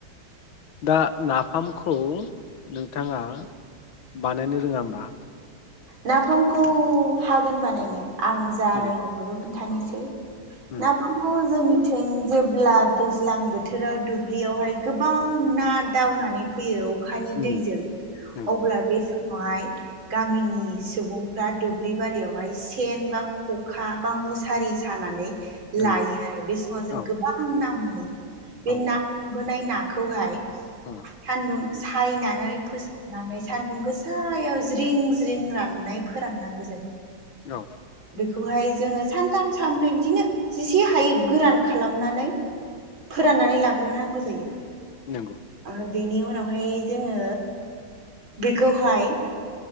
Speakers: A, on the left; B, on the right.
A: दा नाफामखौ नोंथाङा बानायनो रोङा होमबा?
B: नाफामखौ हागोन बानायनो। आं जा
A: उम
B: रोंगौ खोन्थानोसै।
A: उम
B: नाफामखौ जोंनि थिं जेब्ला दैज्लां बोथोराव दुब्लियावहाय गोबां ना दावनानै फैयो अखानि
A: उम
B: दैजों
A: नंगौ
B: अब्ला बे नाय। गामिनि सुबुंफ्रा दुब्लि बारियावहाय सेन बा ख'खा बा मुसारि सानानै
A: नंगौ
B: लायो आरो बे समाव
A: औ
B: जों गोबां ना मोनो। बे
A: औ
B: ना
A: औ
B: <unintelligible> खौहाय
A: उम
B: सान्दुं सायनानै फोसाबनानै सान्दुं गोसायाव ज्रिं ज्रिं राननाय फोराननांगौ जायो।
A: औ।
B: खौहाय जोङो सानथाम सानब्रै बिदिनो जिसे हायो गोरान खालामनानै फोरनानै नांगौ जायो।
A: नंगौ
B: बेनि उनावहाय जोङो बेखौहाय